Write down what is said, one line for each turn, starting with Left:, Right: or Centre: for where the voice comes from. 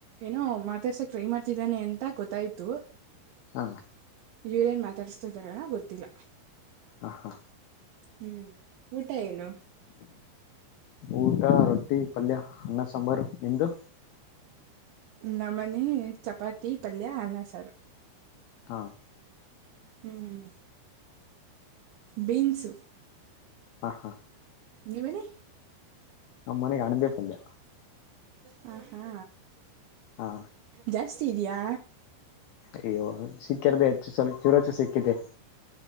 Right: ಏನೋ ಮಾತಾಡ್ಸಕ್ ಟ್ರೈ ಮಾಡ್ ತಿದಾನೆ ಅಂತ ಗೊತ್ತಾಯ್ತು.
Left: ಹಾಂ
Right: ಇವ್ರೇನ್ ಮಾತಾಡಸ್ತಿದರೇನ ಗೊತ್ತಿಲ್ಲ.
Left: ಹಾ ಹಾ
Right: ಹ್ಮ್ ಊಟ ಏನು.
Left: ಊಟ ರೊಟ್ಟಿ ಪಲ್ಯ ಅನ್ನ ಸಾಂಬಾರು ನಿಮ್ದು.
Right: ನಮ್ಮನಿ ಚಪಾತಿ ಪಲ್ಯಾ ಅನ್ನ ಸಾರು.
Left: ಹಾಂ
Right: ಹ್ಮ್ ಬೀನ್ಸು.
Left: ಹಾ ಹಾ
Right: ನೀವೆಳಿ.
Left: ನಮ್ಮನೆಗೆ ಅಣಬೇ ಪಲ್ಯ.
Right: ಹಾ ಹಾ
Left: ಹಾ
Right: ಜಾಸ್ತಿ ಇದ್ಯಾ.
Left: ಅಯ್ಯೋ ಸಿಕ್ಕಿರ್ದೆ ಹೆಚ್ಚು ಸ್ವಲ್ಪ್ ಚೂರಚ್ಚು ಸಿಕ್ಕದೆ.